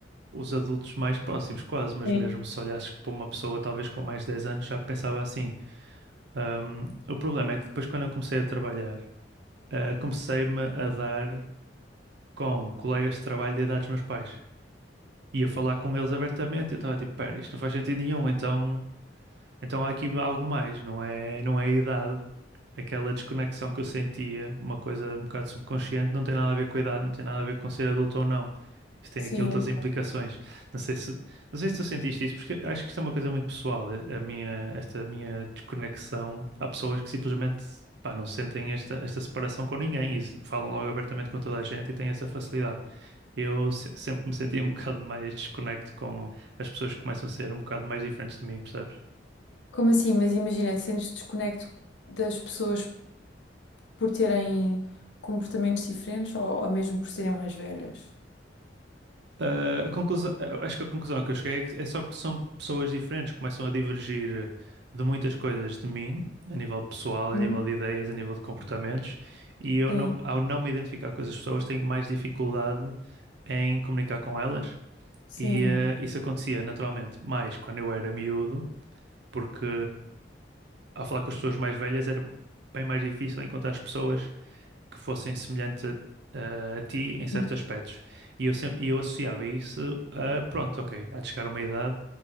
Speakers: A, on the right; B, on the left.
A: os adultos mais próximos, quase, mas
B: Sim,
A: mesmo se olhasses para uma pessoa talvez com mais de 10 anos, já pensava assim. Um, o problema é que depois, quando eu comecei a trabalhar, eh, comecei-me a dar com colegas de trabalho da idade dos meus pais. Ia falar com eles abertamente eu estava tipo, pera, isto não faz sentido nenhum, então, então há aqui algo mais, não é, não é a idade, aquela desconexão que eu sentia, uma coisa um bocado subconsciente, não tem nada a ver com a idade, não tem nada a ver com ser adulto ou não. Isso tem
B: sim.
A: aqui outras implicações. Não sei se, não sei se tu sentiste isso, porque acho que isto é uma coisa muito pessoal. A a minha, esta minha desconexão, há pessoas que simplesmente pá, não sentem esta, esta separação com ninguém e se- falam logo abertamente com toda a gente e têm essa facilidade. Eu se- sempre me sentia um bocado mais desconecto com as pessoas que começam a ser um bocado mais diferentes de mim, percebes?
B: Como assim? Mas imagina, sentes desconecto das pessoas por terem comportamentos diferentes ou, ou mesmo por serem mais velhas?
A: Ah, a conclusão, eu acho que a conclusão que eu cheguei é que- é só que são pessoas diferentes, começam a divergir de muitas coisas de mim, a nível pessoal, a
B: Hum,
A: nível de ideias, a nível de comportamentos, e eu
B: Sim,
A: não, ao não me identificar com essas pessoas, tenho mais dificuldade em comunicar com elas.
B: sim,
A: E ah, isso acontecia naturalmente mais quando eu era miúdo, porque ao falar com as pessoas mais velhas era bem mais difícil encontrar as pessoas que fossem semelhantes a, a- a ti em certos
B: sim,
A: aspectos. E eu sempre, e eu associava isso a, pronto, ok, há de chegar uma idade